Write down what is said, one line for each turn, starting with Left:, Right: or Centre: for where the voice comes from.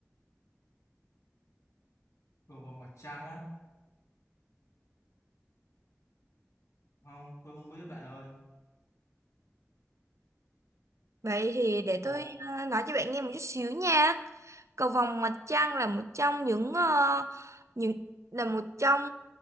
Left: cầu vồng mặt trăng á không tôi không biết bạn ơi
Right: Vậy thì để
Left: Ồ,
Right: tôi ờ, nói cho bạn nghe một chút xíu nha. Cầu vồng mặt trăng là một trong những ờ, những là một trong